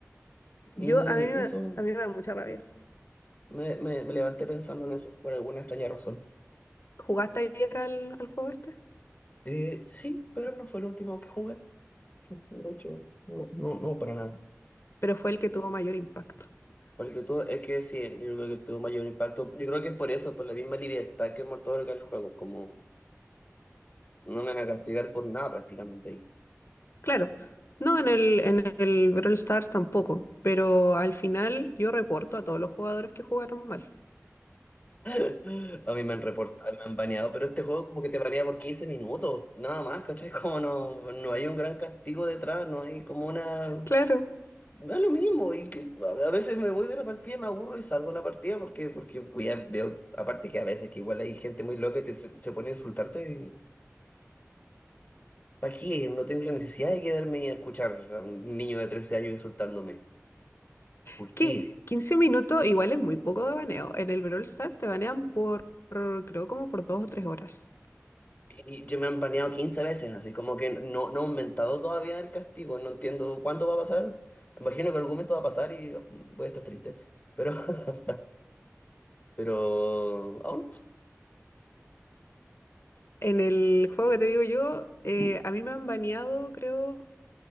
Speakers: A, on the left; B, on the left.
A: Y,
B: yo a mí me,
A: eso,
B: a mí me da mucha rabia.
A: me, me, me levanté pensando en eso, por alguna extraña razón.
B: ¿Jugaste ayer al, al juego este?
A: Eh, sí, pero no fue el último que jugué. De hecho, no, no, no, para nada.
B: Pero fue el que tuvo mayor impacto.
A: Porque tú, es que sí, yo creo que tuvo mayor impacto. Yo creo que es por eso, por la misma libertad que Mortal Kombat el juego, como no me van a castigar por nada prácticamente ahí.
B: Claro, no en el, en el Brawl Stars tampoco, pero al final yo reporto a todos los jugadores que jugaron mal.
A: <laughs> A mí me han reportado, me han baneado, pero este juego como que te banea por 15 minutos, nada más, ¿cachai? <laughs> Como no, no hay un gran castigo detrás, no hay como una...
B: Claro,
A: Da lo mismo, y que a a veces me voy de la partida, me aburro y salgo de la partida porque, porque voy a- veo, aparte que a veces que igual hay gente muy loca y te, se se pone a insultarte ¿Para qué? No tengo la necesidad de quedarme y escuchar a un niño de 13 años insultándome. ¿Por
B: es que
A: qué?
B: quince minutos igual es muy poco de baneo. En el Brawl Stars te banean por, por, creo, como por dos o tres horas.
A: Y yo me han baneado 15 veces, así como que no, no ha aumentado todavía el castigo. No entiendo cuándo va a pasar. Imagino que en algún momento va a pasar y voy a estar triste. Pero, <laughs> pero aún
B: En el juego que te digo yo, eh,
A: no sé.
B: a mí me han baneado, creo,